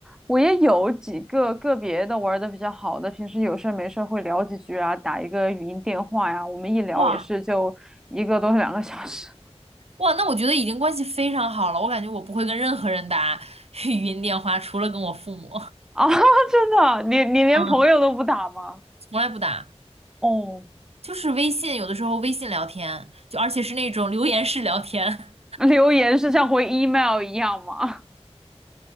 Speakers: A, in the centre; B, on the right.
A: 我也有几个个别的玩的比较好的，平时有事儿没事儿会聊几句啊，打一个语音电话呀，我们一聊也是就一个多两个小时。
B: 哇哇，那我觉得已经关系非常好了。我感觉我不会跟任何人打 <laughs> 语音电话，除了跟我父母，
A: 啊，<laughs> 真的啊，你你连朋友都不打吗？
B: 嗯，从来不打。
A: 哦，
B: 就是微信，有的时候微信聊天，就而且是那种留言式聊天，
A: 留言是像回 email 一样吗？